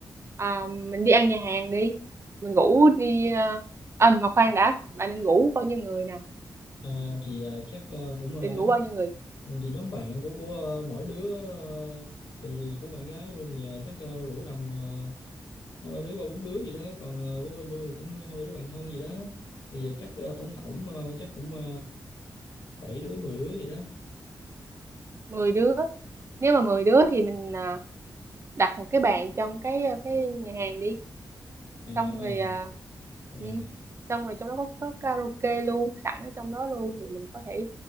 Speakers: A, on the right (about 35°); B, on the left (about 75°).
A: à, mình đi ăn nhà hàng đi mình ngủ đi à, à mà khoan đã bạn nên ngủ bao nhiêu người nè
B: À, thì ờ, chắc ờ, cũng ờ,
A: định
B: nhóm
A: ngủ bao nhiêu người
B: ừ, thì nhóm bạn của của ờ, mỗi đứa ờ, thì, thì của bạn gái tôi thì ờ, chắc ờ, rủ tầm ờ, hai ba đứa ba bốn đứa gì đó còn ờ, của bên tôi thì cũng hai ba đứa bạn thân gì đó thì ờ, chắc ờ, tổng tổng ờ, chắc cũng ờ, bảy đứa mười đứa gì đó
A: mười đứa nếu mà 10 đứa thì mình à, đặt một cái bàn trong cái ờ, cái nhà hàng đi
B: à
A: xong rồi à,
B: rồi
A: ừ,
B: nè.
A: xong rồi trong đó có, có karaoke luôn sẵn ở trong đó luôn thì mình có thể